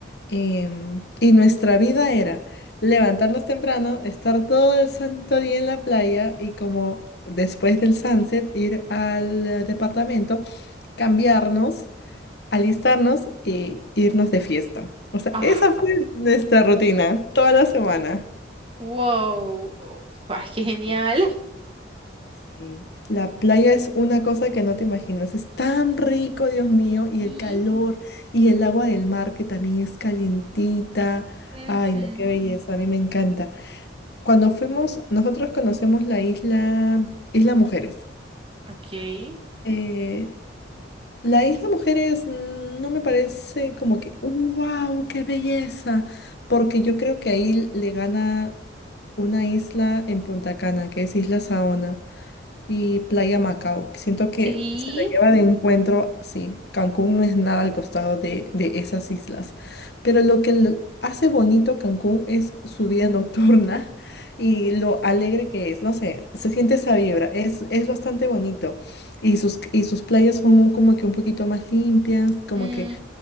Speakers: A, on the left (about 55°); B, on the right (about 30°).
A: Em, y nuestra vida era levantarnos temprano, estar todo el santo día en la playa y como después del sunset ir al eh, departamento, cambiarnos, alistarnos y irnos de fiesta. O sea,
B: Ah,
A: esa fue nuestra rutina toda la semana.
B: wow. Oh, ah, qué genial.
A: Sí, sí. La playa es una cosa que no te imaginas. Es tan rico, Dios mío, y
B: Y,
A: el calor y el agua del mar que también es calientita.
B: ujú,
A: Ay, no, qué belleza, a mí me encanta. Cuando fuimos, nosotros conocemos la isla, Isla Mujeres.
B: ok.
A: Eh, la Isla Mujeres mm, no me parece como que, wow, qué belleza, porque yo creo que ahí le gana una isla en Punta Cana, que es Isla Saona y Playa Macao. Siento que
B: Sí.
A: se la lleva de encuentro, sí, Cancún no es nada al costado de, de esas islas, pero lo que lo hace bonito Cancún es su vida <laughs> nocturna y lo alegre que es, no sé, se siente esa vibra, es, es bastante bonito y sus, y sus playas son un- como que un poquito más limpias, como
B: mm,
A: que